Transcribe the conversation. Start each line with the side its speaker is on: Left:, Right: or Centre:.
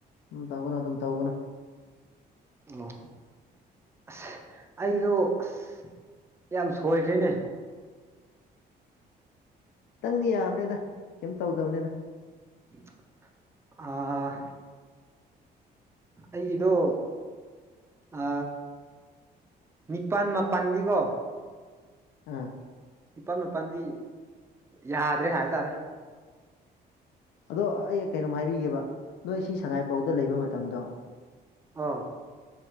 Left: ꯎꯝ ꯇꯧꯒꯅꯨ ꯑꯗꯨꯝ ꯇꯧꯒꯅꯨ꯫
Right: ꯑꯣ ꯑꯁ ꯑꯩꯗꯣ ꯑꯁ ꯌꯥꯝ ꯁꯣꯏꯈ꯭ꯔꯦꯅꯦ꯫
Left: ꯈꯤꯇꯪꯗꯤ ꯌꯥꯕꯅꯦꯗ ꯀꯩꯝ ꯇꯧꯗꯕꯅꯦꯗ꯫
Right: <unintelligible> ꯑꯥ ꯑꯩꯒꯤꯗꯣ ꯑ ꯅꯤꯄꯥꯟ ꯃꯄꯥꯟꯗꯤꯀꯣ
Left: ꯑꯥ
Right: ꯅꯤꯄꯥꯟ ꯃꯥꯄꯟꯗꯤ ꯌꯥꯗ꯭ꯔꯦ ꯍꯥꯏꯇꯥꯔꯦ
Left: ꯑꯗꯣ ꯑꯩ ꯀꯩꯅꯣꯝ ꯍꯥꯏꯕꯤꯒꯦꯕ ꯅꯣꯏ ꯁꯤ ꯁꯉꯥꯏꯄꯧꯗ ꯂꯩꯕ ꯃꯇꯝꯗꯣ
Right: ꯍꯣ